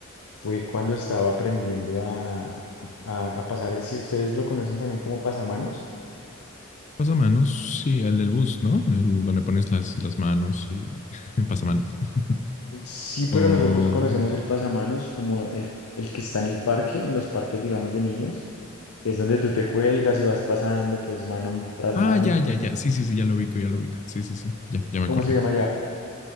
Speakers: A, on the left (about 80°); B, on the left (about 35°).
A: fue cuando estaba aprendiendo a, a, a- a pasar, si ustedes lo conocen también como pasamanos.
B: Pasamanos, sí, el del bus, ¿no? El donde pones las, las manos y <laughs> pasamanos. <laughs>
A: Sí, pero
B: O.
A: nosotros conocemos el pasamanos como el, el que está en el parque, en los parques, digamos, de niños, que es donde tú te cuelgas y vas pasando, pues, mano tras
B: Ah,
A: mano.
B: ya, ya, ya. Sí, sí, sí, ya lo ubico, ya lo ubico. Sí, sí, sí. Ya, ya me
A: ¿Cómo
B: acordé.
A: se llama ya?